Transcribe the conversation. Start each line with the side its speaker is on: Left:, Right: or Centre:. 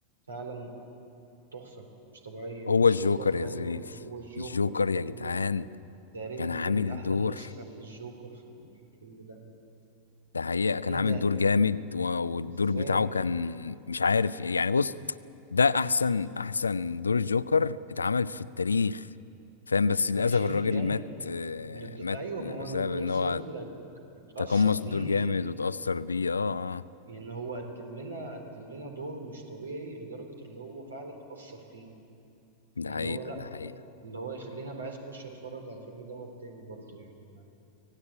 Right: فعلا تحفه مش طبيعيه
Left: هو
Right: والجوكر
Left: الجوكر يا
Right: ايوه
Left: زميلي
Right: هو الجوكر
Left: الجوكر يا
Right: هو
Left: جدعان
Right: تقريبا
Left: كان عامل
Right: دي كانت احلى
Left: دور
Right: نسخه من الجوكر في الفيلم ده
Left: ده حقيقة كان
Right: ايه
Left: عامل
Right: ده
Left: دور جامد و- والدور
Right: ازاي
Left: بتاعه كان مش عارف يعني بص ده احسن احسن دور الجوكر اتعمل في التاريخ فاهم بس للاسف
Right: ومش
Left: الراجل
Right: هيجي تاني
Left: مات آه،
Right: لد...
Left: مات
Right: ايوه
Left: بسبب
Right: ما هو انا كنت
Left: ان
Right: لسه
Left: هو
Right: اقول لك اتأثر
Left: تقمص
Right: بيه
Left: الدور جامد وتأثر بيه اه اه
Right: يعني هو قدم لنا قدم لنا دور مش طبيعي لدرجة اللي هو فعلا أثر فيه
Left: ده
Right: اللي
Left: حقيقة
Right: هو لا
Left: ده حقيقة
Right: اللي هو يخليني ابقى عايز اخش اتفرج على الفيلم دوت تاني برضو يعني ما-